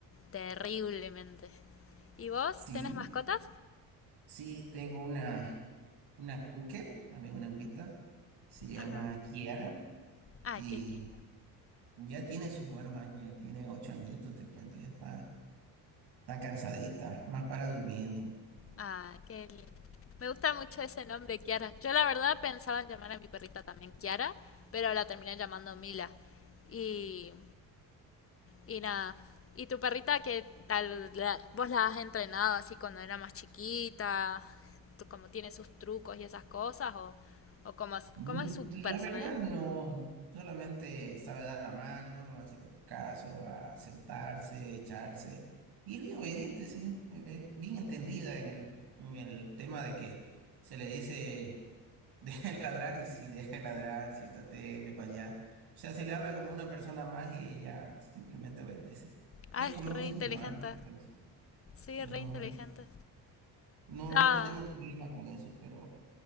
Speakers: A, on the left; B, on the right.
A: terriblemente. ¿Y vos?
B: Sí,
A: ¿Tenés mascotas?
B: Sí, tengo una, una cooker, también una hembrita, se llama
A: Ajá.
B: Kiara
A: Ay,
B: y
A: qué lindo.
B: ya tiene sus buenos años, ya tiene ocho añitos, te cuento, ya está, está cansadita, más para durmiendo.
A: Ay, qué lindo. Me gusta mucho ese nombre, Kiara. Yo la verdad pensaba en llamar a mi perrita también Kiara, pero la terminé llamando Mila. Y Y nada. ¿Y tu perrita qué tal? La- ¿Vos la has entrenado así cuando era más chiquita? ¿Tú- ¿Cómo tiene sus trucos y esas cosas? ¿O, o cómo, es-
B: Mm,
A: cómo es su personalidad?
B: La verdad no, solamente sabe dar la mano, hacer caso, a sentarse, echarse. Y es bien obediente, sí, eh, bien entendida en el, en el tema de que se le dice <laughs> deja de ladrar y si deja de ladrar, siéntate, ve para allá. O sea, se le habla como una persona más y ella simplemente obedece.
A: Ah,
B: Es como
A: es re
B: un hijo
A: inteligente.
B: más, te cuento.
A: Sí,
B: Sí,
A: es re
B: no,
A: inteligente.
B: no,
A: No,
B: no tenemos problema con eso, pero